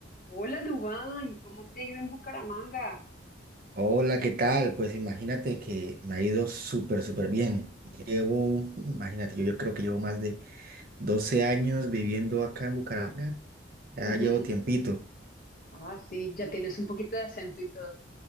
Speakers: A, on the left; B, on the right.
A: Hola, Dubán, ¿cómo te ha ido en Bucaramanga?
B: Hola, ¿qué tal? Pues imagínate que me ha ido súper, súper bien. Llevo, imagínate, yo, yo creo que llevo más de 12 años viviendo acá en Bucaramanga. Ya
A: Ujú.
B: llevo tiempito.
A: Ah, sí, ya tienes un poquito de acento y todo.